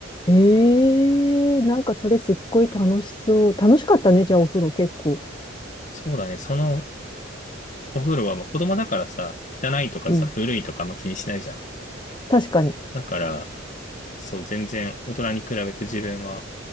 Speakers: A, on the left; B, on the left.
A: えええなんかそれすっごい楽しそう。楽しかったね、じゃあお風呂結構。
B: そうだね、そのお風呂は、まあ、子供だからさ、汚いとかさ、
A: うん。
B: 古いとかあんま気にしないじゃん。
A: 確かに。
B: だから、そう、全然、大人に比べて自分は、